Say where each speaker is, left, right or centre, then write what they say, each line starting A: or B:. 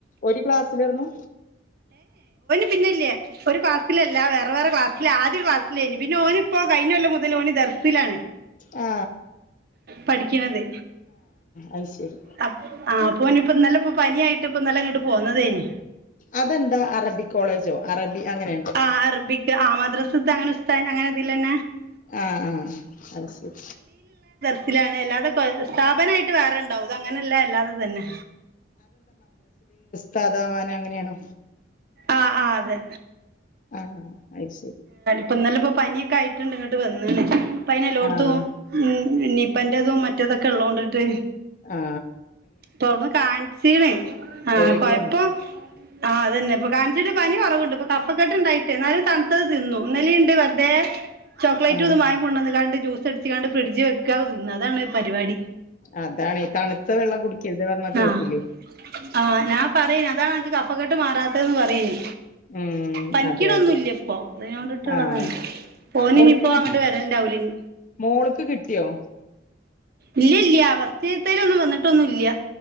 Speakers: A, on the left; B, on the right.
A: ഒരു ക്ലാസ്സിലായിരുന്നു
B: പിന്നല്ലേ ഒരു ക്ലസ്സിലല്ല വേറെ വേറെ ക്ലാസ്സില് ആദ്യ ക്ലാസ് പിന്നെ ഓനി ഇപ്പോ കഴിഞ്ഞ കൊല്ലാം മുതൽ ഓന് ദർസിലാണ്
A: ആ
B: പഠിക്കണത്
A: അത് ശരി
B: ആപ്പ് ആ ഓന് ഇപ്പ നല്ലപ്പ പനിയായിട്ട് ഇപ്പ നല്ല ഇങ്ങട്ട് പോന്നതാനി
A: അതെന്താ അറബി കോളേജോ അറബി അങ്ങനെയാണ്
B: ആ <unintelligible>
A: ആ ആ അത് ശരി
B: ത്തിലാണ് അല്ലാതെ സ്ഥാപനായിട്ട് വേറെ ഉണ്ടാവും അത് അങ്ങനെല്ല അല്ലാതെ തന്നെ
A: താതാവാന അങ്ങനെയാണോ
B: ആ ആ അതെ
A: ആ അത് ശരി
B: ഇപ്പൊ ഇന്നലെ ഇപ്പൊ പനിയൊക്കെ ആയിട്ടുണ്ട് ഇങ്ങോട്ട് വന്നെന്ന് ഇപ്പോ അതിന് എല്ലോടത്തും
A: ആഹ്
B: ഉം നിപ്പ മറ്റേതൊക്കെ ഉള്ളതോണ്ടിട്ട്
A: ആ
B: <unintelligible>
A: പേടിയാണ്
B: ആ തന്നെ ഇപ്പൊ കാണിച്ചിട്ട് പനി കുറവുണ്ട് ഇപ്പൊ കഫക്കെട്ട് ഉണ്ടായിട്ട് എന്നാലും തണുത്തത് തിന്നു ഇന്നലെയുണ്ട് വെറുതെ ചോക്ലേറ്റും
A: ആഹ്
B: ഇതും വാങ്ങി കൊണ്ടുവന്ന്ണ്ട് ജൂസ് അടിച്ച് കണ്ട് ഫ്രിഡ്ജി വെക്കാ തിന്ന അതാണ് ഒരു പരിപാടി
A: അതാണ്ണേ തണുത്ത വെള്ളം കുടിക്കരുത് പറഞ്ഞാ കേൾക്കുല്ല
B: ആ ആഹ് ഞാൻ പറയന് അതാണ് അനക്ക് കഫക്കെട്ട് മറാത്ത യിന് പറയേണ്
A: ഉം
B: പനി
A: അതെ
B: കണഒന്നുല്ല
A: അതെ
B: ഇപ്പൊ അതിനെണ്ടിട്ടുള്ളതാണ്
A: ആഹ്
B: ഓന്
A: മോൾക്ക്
B: ഇനിയിപ്പോ
A: കി
B: അങ്ങോട്ട് വെരൽ ഇനി
A: മോൾക്ക് കിട്ടിയോ
B: ഇല്ല ഇല്ല ഫസ്റ്റാതെല് വന്നിട്ടൊന്നും ഇല്ല